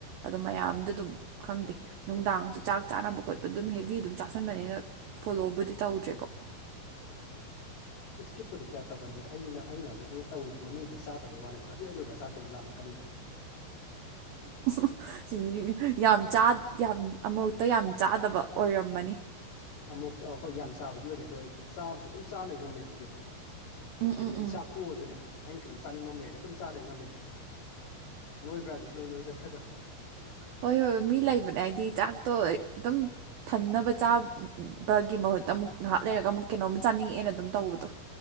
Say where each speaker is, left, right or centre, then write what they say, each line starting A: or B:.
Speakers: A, on the right; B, on the left.
A: ꯑꯗꯨ ꯃꯌꯥꯝꯗ ꯑꯗꯨꯝ ꯈꯪꯗꯦ ꯅꯨꯡꯗꯥꯡꯁꯨ ꯆꯥꯛ ꯆꯥꯅꯕ ꯈꯣꯠꯄ ꯑꯗꯨꯝ ꯍꯦꯕꯤ ꯗꯨꯝ ꯆꯥꯥꯁꯟꯕꯅꯤꯅ ꯐꯣꯂꯣꯕꯨꯗꯤ ꯇꯧꯗ꯭ꯔꯦꯀꯣ
B: ꯎꯝ ꯏꯁꯀꯤꯞꯄꯨꯗꯤ ꯀꯌꯥ ꯇꯧꯒꯟꯗꯦꯗ ꯑꯩꯅ ꯑꯩꯅ ꯕꯨ ꯑꯩꯅ ꯇꯧꯔꯤꯕ ꯃꯅꯨꯡꯗ ꯆꯥꯗꯕꯩ ꯋꯥꯅꯦꯕ ꯑꯗꯨ ꯍꯦꯛ ꯂꯣꯏꯕꯒ ꯆꯥꯛꯁꯦ ꯑꯗꯨꯝ ꯂꯥꯃꯛꯀꯅꯤꯕ <inaudible>
A: <inaudible> ꯌꯥꯝ ꯆꯥ ꯌꯥꯝ ꯑꯃꯨꯔꯛꯇ ꯌꯥꯝ ꯆꯥꯗꯕ ꯑꯣꯏꯔꯝꯃꯅꯤ
B: ꯑꯃꯨꯛꯇ ꯍꯣꯏ ꯌꯥꯝ ꯆꯥꯕꯗꯤ ꯑꯣꯏꯗꯦ ꯑꯗꯣ ꯑꯩ ꯆꯥꯕꯨꯗꯤ ꯗꯨꯝ ꯆꯥ ꯂꯩ ꯉꯝꯃꯦꯕ ꯑꯩꯗꯤ ꯗꯨꯝ
A: ꯎꯝ
B: ꯍꯥꯏꯗꯤ
A: ꯎꯝ
B: ꯑꯩ
A: ꯎꯝ
B: ꯆꯥꯛ ꯇꯣꯛꯑꯁꯨꯅꯦ ꯑꯩꯅ ꯀꯩꯅꯣꯝ ꯆꯥꯅꯤꯡꯕ ꯑꯝ ꯂꯩꯔꯗꯤ ꯑꯗꯨꯝ ꯆꯥ ꯂꯩ ꯉꯝꯃꯦꯕ ꯑꯗꯨꯝ ꯅꯣꯏꯕ꯭ꯔꯥꯁꯨ ꯁꯨꯛꯅꯣꯏ ꯅꯣꯏꯗ ꯐꯗꯣ
A: ꯍꯣꯏ ꯍꯣꯏ ꯃꯤ ꯂꯩꯕꯅꯦ ꯍꯥꯏꯗꯤ ꯆꯥꯛꯇꯣ ꯑꯗꯨꯝ ꯊꯟꯅꯕ
B: ꯑꯗꯨ ꯇꯧꯋꯦꯕ
A: ꯆꯥꯕ ꯕꯒꯤ ꯃꯍꯨꯠꯇ ꯑꯃꯨꯛ ꯉꯥꯍꯥꯛ ꯂꯩꯔꯒ ꯑꯃꯨꯛ ꯀꯩꯅꯣꯝ ꯆꯥꯅꯤꯡꯉꯛꯑꯦꯅ ꯑꯗꯨꯝ ꯇꯧꯕꯗꯣ